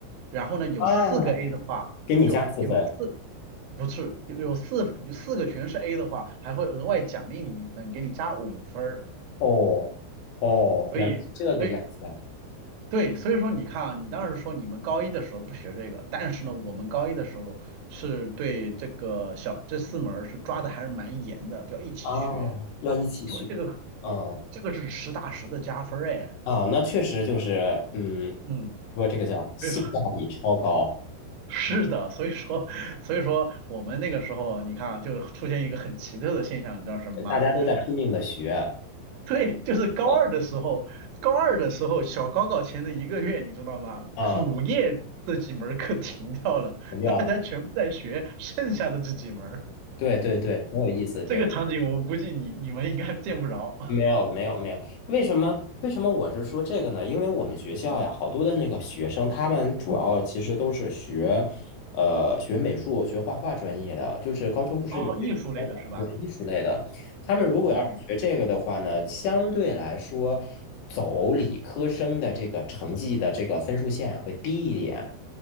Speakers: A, on the right; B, on the left.
A: 然后呢，有四个
B: 啊，
A: A 的话。
B: 给你加四分
A: 就有四，不是有有四有四个全是 A 的话，还会额外奖励你一分，给你加五分儿。
B: 哦。哦，
A: 所以，
B: 原来是这个样子。
A: 所以对，所以说你看啊，你当时说你们高一的时候不学这个，但是呢，我们高一的时候是对这个小这四门儿是抓的还是蛮严的，就要一起学，
B: 哦，要一起学，
A: 因为这个
B: 嗯，
A: 这个是实打实的加分儿哎。
B: 啊，那确实就是，嗯，
A: 嗯，
B: 说这个叫性价比超高，
A: <laughs> 所以说是的，所以说所以说我们那个时候，你看啊，就出现一个很奇特的现象，你知道什么吗？
B: 哎，大家都在拼命的学，
A: <laughs> 对，就是高二的时候，
B: 呃
A: 高二的时候，小高考前的一个月，你知道吗？
B: 啊，
A: 主业这几门儿课停掉了，
B: 停掉了，
A: 大家全部在学剩下的这几门儿。
B: 对对对，挺有意思，挺有
A: 这个场景我估计你你们应该见不着。
B: 没有没有没有，为什么为什么我是说这个呢？因为我们学校呀，
A: <laughs> 嗯，
B: 好多的那个学生，他们主要其实都是学，呃，学美术、学画画专业的，就是高中不是有这个专业，
A: 哦，艺术类的是吧？
B: 对，艺术类的。他们如果要是学这个的话呢，
A: 哦，
B: 相对来说，走理科生的这个成绩的这个分数线呀会低一点。